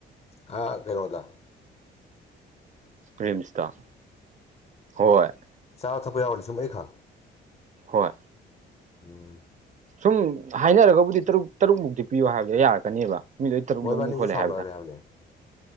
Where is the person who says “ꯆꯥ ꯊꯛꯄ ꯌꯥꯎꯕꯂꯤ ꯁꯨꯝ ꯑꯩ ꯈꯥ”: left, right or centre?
Left